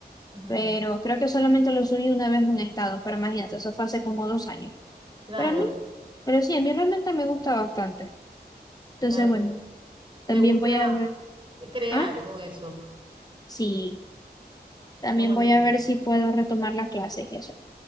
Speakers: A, on the right; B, on the left.
A: ujú.
B: Pero creo que solamente lo subí una vez en un estado, pero imagínate, eso fue hace como dos años.
A: Claro,
B: Pero a mí, pero sí, a mí realmente me gusta bastante. Entonces,
A: claro.
B: bueno,
A: ¿Te
B: también
A: gusta
B: voy a ver,
A: crear
B: ah,
A: con eso?
B: sí, también
A: Qué bonito.
B: voy a ver si puedo retomar las clases y eso.